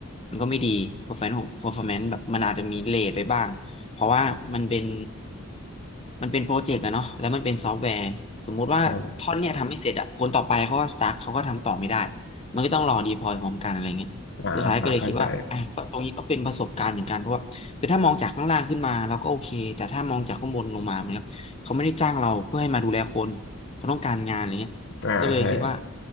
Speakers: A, on the left; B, on the left.
A: มันก็ไม่ดี performance ของ performance แบบมันอาจจะมีเลทไปบ้างเพราะว่ามันเป็นมันเป็นโปรเจกต์อะเนาะแล้วมันเป็นซอฟต์แวร์สมมุติว่าท่อนเนี่ยทำไม่เสร็จอะคนต่อไปเขาก็
B: ครับ
A: stuck เขาก็ทำต่อไม่ได้มันก็ต้องรอ deploy พร้อมกันอะไรเงี้ยสุดท้ายก็เลยคิดว่าอ่ะก็ตรงนี้ก็เป็นประสบการณ์เหมือนกันเพราะว่า
B: อ่าเข้าใจ
A: คือถ้ามองจากข้างล่างขึ้นมาเราก็โอเคแต่ถ้ามองจากข้างบนลงมาเหมือนกับเขาไม่ได้จ้างเราเพื่อให้มาดูแลคนเขาต้องการงานอะไรเงี้ยก็เลยคิดว่า
B: อ่าใช่